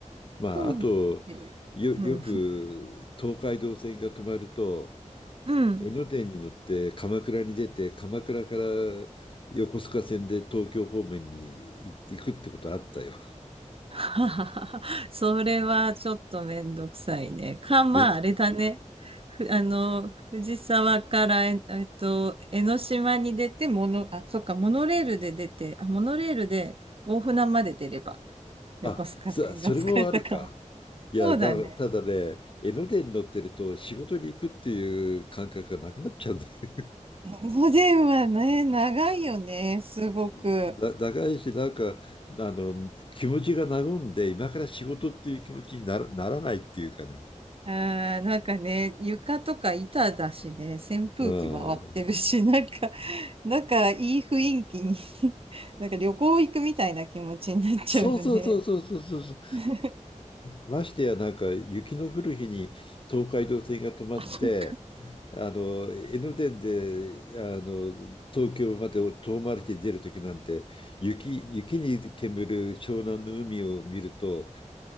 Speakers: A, on the left; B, on the right.
A: まあ、
B: トンビっていううん。
A: あと、よ、よく東海道線が止まると、
B: うん。
A: 江ノ電に乗って鎌倉に出て、鎌倉から横須賀線で東京方面に行っていくってことあったよ。
B: <laughs> それはちょっとめんどくさいね。か、まあ、
A: 便
B: あれだね。ふ、あの、藤沢から、え、えっと、江ノ島に出て、モノ、あ、そっか、モノレールで出て、あ、モノレールで大船まで出れば、横須賀線が使えたかも。
A: あ、そ、それもありか。いや、
B: そうだね。
A: だ、ただね、江ノ電に乗ってると仕事に行くっていう感覚がなくなっちゃうんだよ。
B: おでんはね、長いよね、すごく。
A: <laughs> だ、長いし、なんか、あの、気持ちが和んで、今から仕事っていう気持ちになら、ならないっていうかね。
B: あー、なんかね、床とか板だしね、扇風機回ってるし、
A: うん。
B: なんかだからいい雰囲気に <laughs> なんか旅行行くみたいな気持ちになっちゃうよね。
A: そうそうそうそうそうそうそう。
B: <laughs>
A: ましてやなんか雪の降る日に東海道線が止まって
B: あ、そっか。
A: あの江ノ電であの東京まで遠回りして出る時なんて雪、雪に煙る湘南の海を見ると